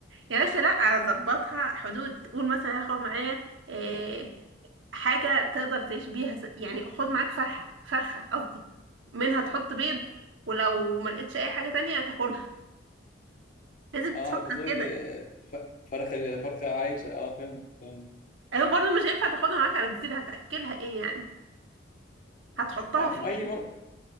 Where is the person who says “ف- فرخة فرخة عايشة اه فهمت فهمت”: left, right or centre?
Left